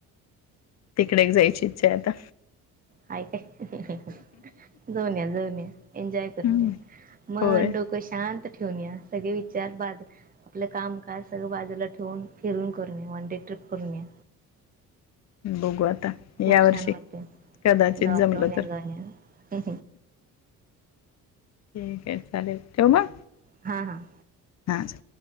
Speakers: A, on the left; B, on the right.
A: तिकडे एक जायची इच्छा आहे आता
B: हाय काय जाऊन या जाऊन या एन्जॉय करून
A: हम्म
B: या मग
A: होय
B: डो क शांत ठेवून या सगळे विचार बाजू आपलं कामकाज सगळं बाजूला ठेवून फिरून करून या वन डे ट्रिप करून या.
A: बघू आता
B: खूप
A: या वर्षी
B: छान वाटतय
A: कदाचित
B: जाऊन
A: जमलं
B: या
A: तर
B: जाऊन या
A: ठीक आहे चालेल ठेवू म
B: हा हा
A: हा च